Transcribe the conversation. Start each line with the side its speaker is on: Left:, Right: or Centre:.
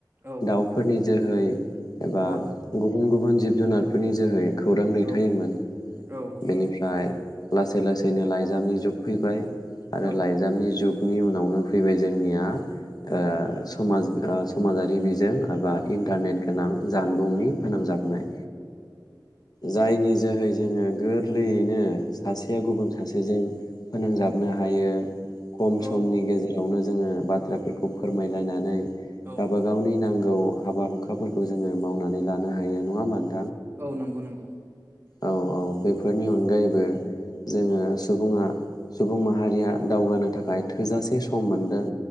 Right: औ
Left: दाउफोरनि जोहै एबा
Right: औ
Left: गुबुन गु बुन जिब जुनारफोरनि जोहै खौरां दैथायोमोन।
Right: औ औ
Left: बेनिफ्राय लासै लासैनो लाइजामनि जुग फैबाय। आरो
Right: औ
Left: लाइ नि जुगनि उनावनो फैबाय जोंनिया ओ समाज समाजारि बिजों एबा इन्टारनेट गोनां जानबुंनि फोनांजाबनाय‌। जायनि जोहै जोङो गोरलैयैनो सासेया गुबुन सासेजों फोनांजाबनो हायो खम
Right: औ
Left: समनि गेजे रावनो जोङो बाथ्राफोरखौ फोरमायलायनानै
Right: औ
Left: गावबा गावनि नां गौ हाबा हुखाफोरखौ जोङो मावनानै लानो हायो। नङा होनबा नों
Right: औ नंगौ नंगौ।
Left: औ औ बेफोरनि अनगायैबो जोङो सुबुङा सुबुं माहारिया दावगानो थाखाय थोजासे सम मोनदों।